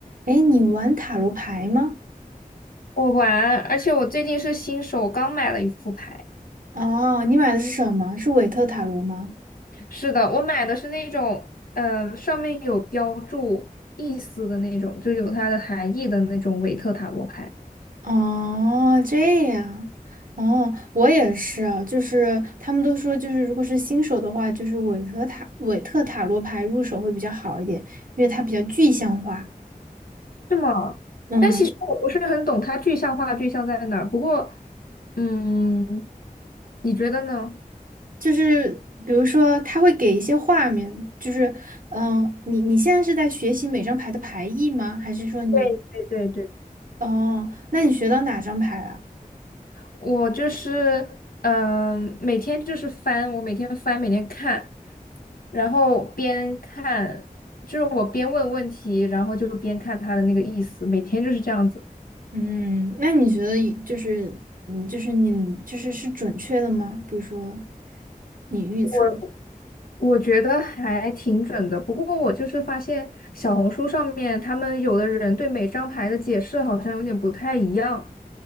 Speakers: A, on the right; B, on the left.
A: 哎，你玩塔罗牌吗？
B: 我玩，而且我最近是新手，刚买了一副牌。
A: 哦，你买的是什么？是韦特塔罗吗？
B: 是的，我买的是那种，呃，上面有标注意思的那种，就有它的含义的那种韦特塔罗牌。
A: 哦，这样。哦，我也是啊，就是他们都说，就是如果是新手的话，就是韦特塔韦特塔罗牌入手会比较好一点，因为它比较具象化。
B: 是吗？
A: 嗯，
B: 但其实我不是很懂它具象化具象在哪儿。不过，嗯，你觉得呢？
A: 就是比如说，它会给一些画面，就是嗯，你你现在是在学习每张牌的牌意吗？还是说你
B: 对对对对。
A: 哦，那你学到哪张牌了？
B: 我就是，嗯、呃每天就是翻，我每天翻，每天看，然后边看，就是我边问问题，然后就边看他的那个意思，每天就是这样子。
A: 嗯，那你觉得以就是嗯，就是你就是是准确的吗？比如说你预测，
B: 我我觉得还挺准的，不过我就是发现小红书上面他们有的人对每张牌的解释好像有点不太一样。